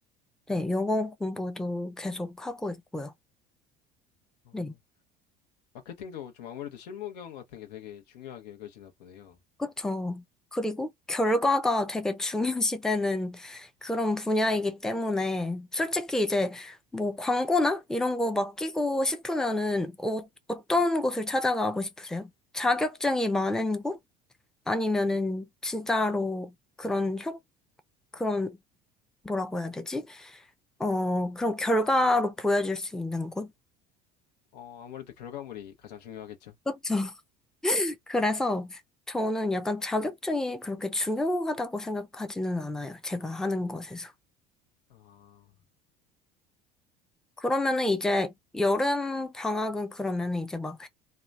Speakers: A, in the centre; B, on the left.
A: 네, 영어 공부도 계속 하고 있고요.
B: 어.
A: 네.
B: 마케팅도 좀 아무래도 실무 경험 같은 게 되게 중요하게 여겨지나 보네요.
A: 그쵸. 그리고 결과가 되게 중요시되는 그런 분야이기 때문에 솔직히 이제 뭐 광고나 이런 거 맡기고 싶으면은 어, 어떤 곳을 찾아가고 싶으세요? 자격증이 많은 곳? 아니면은 진짜로 그런 효, 그런 뭐라고 해야 되지? 어, 그런 결과로 보여줄 수 있는 곳?
B: 어, 아무래도 결과물이 가장 중요하겠죠.
A: 그렇죠 <laughs> 그래서 저는 약간 자격증이 그렇게 중요하다고 생각하지는 않아요. 제가 하는 것에서.
B: 아,
A: 그러면은 이제 여름 방학은 그러면은 이제 막